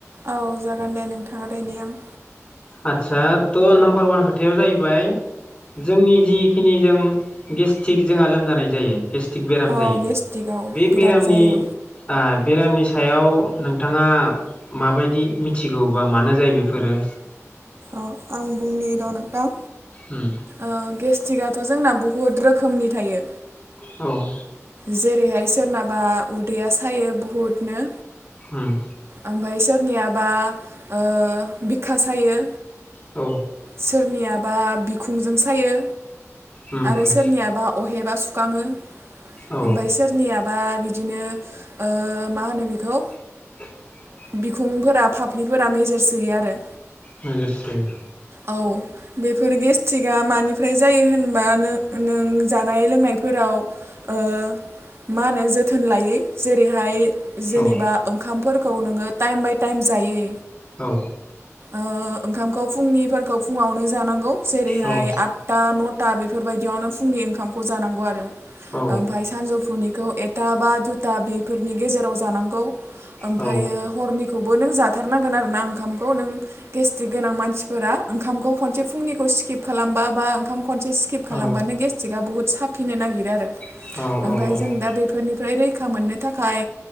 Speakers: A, on the right; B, on the left.
A: औ जागोन दे नोंथाङा रेडि आं
B: आदसा ट' नाम्बार वान खोथायाव जाहैबाय जोंनि जिखिनि जों गेस्टिक जोंहा लोमजानाय जायो। गेस्टिक बेराम
A: औ
B: जायो
A: गेस्टिकआव
B: बे
A: बिराद
B: बेरामनि
A: जायो
B: आ बेरामनि सायाव नोंथाङा माबायदि मिथिगौबा मानो जायो बेफोरो
A: अ आं बुंनि र नोंथां
B: ओम
A: ओ गेस्ट्रिकआथ' जोंना बुहुत रोखोमनि थायो
B: औ
A: जेरैहाय सोरनाबा उदैया सायो बहुदनो
B: ओम
A: ओमफाय सोरनियाबा ओ बिखा सायो
B: औ
A: सोरनियाबा बिखुंजों सायो
B: उम
A: आरो
B: उम
A: सोरनियाबा अहेबा सुखाङो
B: औ
A: ओमफाय सोरनियाबा बिदिनो ओ मा होनो बेखौ
B: <inaudible>
A: बिखुंफोरा फाफ्लिफोरा मेजेर सोयो आरो
B: मेजोरसोयो
A: औ बेफोर गेस्ट्रिक गेस्ट्रिक आ मानिफ्राय जायो होनबा नों नों जानाय लोंनायफोराव ओ मा होनो जोथोन लायै जेरैहाय जेनेबा
B: औ
A: ओंखामफोरखौ नोङो टाइम बाय टाइम जायै
B: औ
A: ओ ओंखामखौ फुंनिफोरखौ फुङावनो जानांगौ जेरैहाय
B: औ
A: आट आठथा न'था बेफोर बायदियावनो फुंनि ओंखामखौ जानांगौ आरो
B: औ
A: ओमफाय सानजौफुनिखौ <unintelligible> एथा बा दुथा बेफोरनि गेजेराव जानांगौ ओमफायो
B: औ
A: हरनिखौबो नों जाथारनांगोन आरोना ओंखामखौ नों गेस गोनां मानसिफोरा ओंखामखौ खनसे फुंनिखौ स्किप खालामबा बा ओंखाम खनसे सि स्किप खालामबानो
B: औ
A: गेटिकआ बुहुत साफिनो नागिरो आरो
B: औ
A: ओमफाय
B: औ
A: जों
B: औ
A: दा बे बेफोरनिफ्राय रैखा मोननो थाखाय